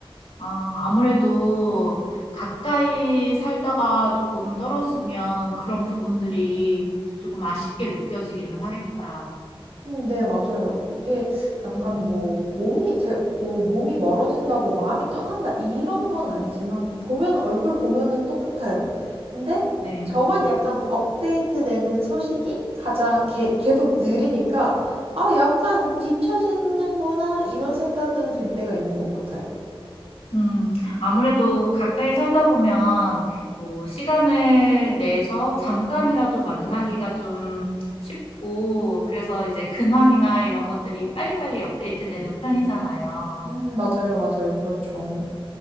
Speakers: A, on the left; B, on the right.
A: 아, 아무래도 가까이 살다가 조금 떨어지면 그런 부분들이 조금 아쉽게 느껴지기는 하겠다.
B: 음, 네, 맞아요. 이게 약간
A: 음,
B: 뭐 몸이 제, 뭐 몸이 멀어진다고 마음이 떠난다 이런 건 아니지만 보면 얼굴 보면은 똑같아요. 근데
A: 네.
B: 저만 약간 업데이트되는 소식이 가장 게- 계속 느리니까 아, 약간 뒤처지는구나 이런 생각은 들 때가 있는 것 같아요.
A: 음, 아무래도 가까이 살다 보면 뭐 시간을 내서 잠깐이라도 만나기가 좀 쉽고 그래서 이제 근황이나 이런 것들이 빨리빨리 업데이트 되는 편이잖아요.
B: 음, 맞아요, 맞아요. 그렇죠.